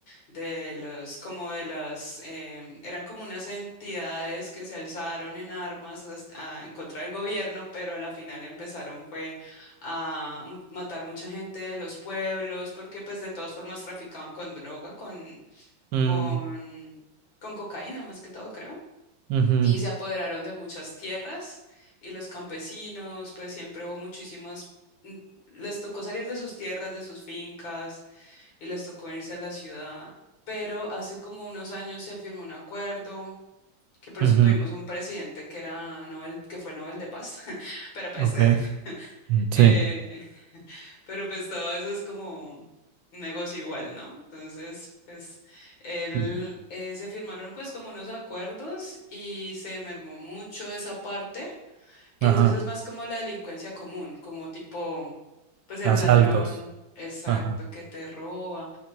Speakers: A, on the left; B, on the right.
A: de los como de las, em, eran como unas entidades que se alzaron en armas as- a- en contra del gobierno, pero a la final empezaron fue a mu- matar mucha gente de los pueblos, porque pues de todas formas traficaban con droga, con,
B: Mm,
A: con, con cocaína más que todo, creo.
B: ujú,
A: Y se apoderaron de muchas tierras y los campesinos, pues siempre hubo muchísimas, mm, les tocó salir de sus tierras, de sus fincas y les tocó irse a la ciudad. Pero hace como unos años se firmó un acuerdo, que por
B: ujú,
A: eso tuvimos un presidente que era Nobel, que fue Nobel de Paz. <laughs> Pero pues,
B: ok,
A: eh,
B: mm,
A: eh,
B: sí.
A: <laughs> pero pues todo eso es como un negocio igual, ¿no? Entonces, pues, él
B: Mm,
A: eh, se firmaron pues como unos acuerdos y se mermó mucho esa parte. Y
B: Ajá,
A: entonces es más como la delincuencia común, como tipo, pues el
B: asaltos.
A: ladrón, exacto,
B: Ajá,
A: que te roba.